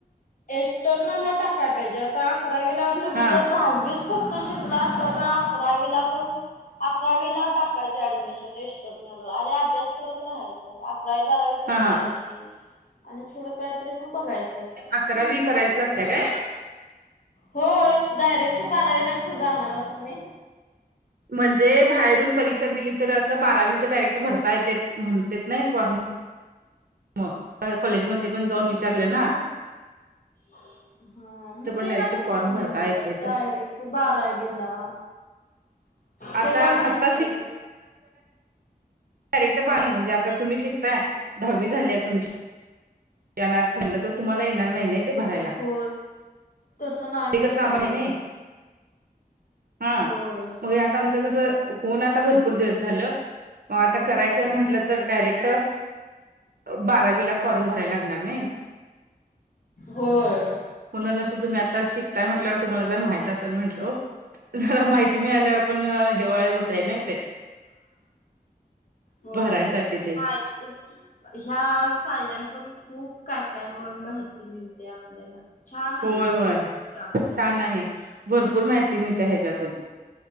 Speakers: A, on the left; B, on the right.
A: एस्टर्नल ला टाकाय पाहिजे आता अकरावीला तुम्ही
B: हा
A: जर दहावीस फक्त शिकला असत तर अकरावीला पण अकरावीला टा यच ऍडमिशन एर अरे अभ्यास करत राहायचं. अकरावी बारावी तशी
B: हा हा
A: करायची आणि पुढं कायतरी मग बघायच
B: अकरावीी करायच लागत काय?
A: होय डायरेक्ट बारावी लागत जाणार आ तुम्ही?
B: म्हणजे बाहेरून परीक्षा दिली तर असं बारावीच डायरेक्ट भरता येत म्हणत नाही फॉर्म मग कॉलेजमध्येध्ये पण जाऊन विचारले ना.
A: <unintelligible> हा मग
B: तर पण
A: ते
B: डायरेक्ट
A: काय माहिती
B: फॉर्म भरता
A: नाही मला
B: येतेच
A: डायरेक्ट तू बारावी ला
B: आता
A: ते काय माहिती
B: आता
A: नाही.
B: रक्ट म्हणजे आता तुम्ही शिकताय दहावी झाली आहे, तुमची ज नात म्हलं तर तुम्हाला येणार नाही नाही ते भरायला?
A: हो तसं नाही भरता
B: ते कसं आम्हाला
A: येणार.
B: नाही हा
A: होय.
B: मग आता आमचं कसं होऊन आता भरपूर दिवस झालं मग आता करायचंय म्हंटलं तर डायरेक्ट बारावी ला फॉर्म भरायला लागणार नाही.
A: होय
B: म्हणून असं तुम्ही आता शिकताय म्हटलंवर तुम्हाला जर माहित असेल म्हटल ज माहि कमीी आल्यावर पण हेवाय होतय नाही ते
A: हो
B: भरायसाठी ते
A: मा ह्या साळन पण खूप काय काय माहिती मिळते आपल्याला छान
B: होय
A: आहे
B: होय
A: काम.
B: छान आहे भरपूर माहिती मी त्या ह्याच्यातून